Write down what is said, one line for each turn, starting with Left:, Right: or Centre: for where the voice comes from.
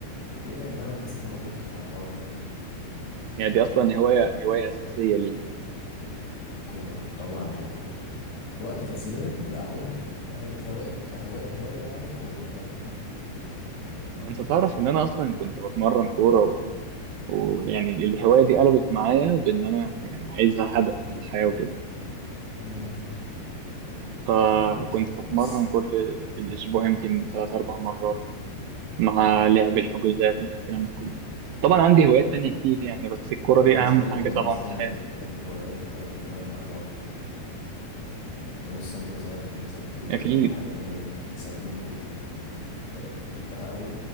Left: ليه لأن أنا بحس إن أنا بفك مع الحوار ده
Right: يعني دي اصلا هوايه هوايه اساسيه ليك
Left: الكورة طبعا الكورة وقت تسلية القهوة يعني هواية كهواية هواية يعني الكورة فاهم
Right: انت تعرف ان انا اصلا كنت بتمرن كوره و... ويعني الهوايه دي قلبت معايا بان انا يعني عايزها هدف في الحياه وكده
Left: مم.
Right: فكنت
Left: لا، هي بص
Right: بتمرن
Left: بص،
Right: كل الاسبوع يمكن ثلاث اربع مرات مع لعب الحجوزات مع الكلام ده كله طبعا عندي هوايات تانية كتير يعني بس الكوره
Left: أنا
Right: دي
Left: عايز
Right: اهم
Left: أقول
Right: حاجه
Left: لك إن
Right: طبعا
Left: أصلا
Right: في الحياه
Left: ال- الهوايات بتتغير مع الوقت أنت بص وأنت صغير كان نفسك في إيه
Right: اكيد
Left: أو إيه الحاجات اللي بتسليك وبتحبها قوي